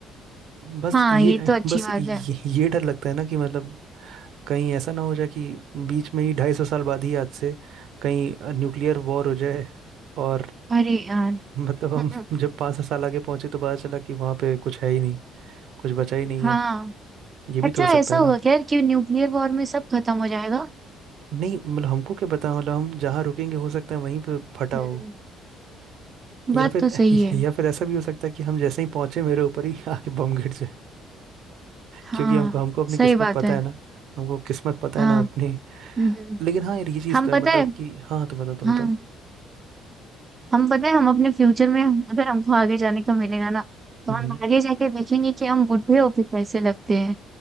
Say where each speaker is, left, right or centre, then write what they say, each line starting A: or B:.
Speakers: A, on the right (about 70°); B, on the right (about 30°).
A: बस
B: हाँ
A: ये
B: ये तो अच्छी
A: बस
B: बात
A: ये,
B: है
A: ये डर लगता है ना कि मतलब कहीं ऐसा ना हो जाए कि बीच में ही ढाई सौ साल बाद ही आज से कहीं न्यूक्लियर वॉर हो जाए और
B: अरे यार
A: मतलब
B: <laughs>
A: हम
B: हम्म,
A: <laughs> जब पाँच सात साल आगे पहुंचे तो पता चला कि वहां पे कुछ है ही नहीं कुछ बचा ही नहीं
B: हाँ
A: है ये भी
B: अच्छा
A: तो हो सकता
B: ऐसा
A: है
B: होगा
A: ना
B: क्या कि न्यूक्लियर वॉर में सब खत्म हो जाएगा
A: नहीं मतलब हमको क्या पता मतलब हम जहाँ रुकेंगे हो सकता है वहीं पे फटा
B: हम्म
A: हो
B: बात
A: या फिर
B: तो सही
A: <laughs>
B: है
A: या फिर ऐसा भी हो सकता है कि हम जैसे ही पहुंचे मेरे ऊपर ही <laughs> आके बम गिर जाए
B: हाँ
A: क्योंकि हमको हमको अपनी
B: सही
A: किस्मत
B: बात
A: पता
B: है
A: है ना हमको किस्मत पता
B: हाँ
A: है ना अपनी
B: हम्म
A: लेकिन हाँ यार ये चीज़
B: हम
A: तो
B: पता
A: है मतलब
B: है
A: कि हाँ तो बताओ तो
B: हाँ
A: बताओ
B: हम पता है हम अपने फ्यूचर में अगर हमको आगे जाने का मिलेगा ना तो
A: हम्म
B: हम आगे जाके देखेंगे कि हम बुढ़े होके कैसे लगते हैं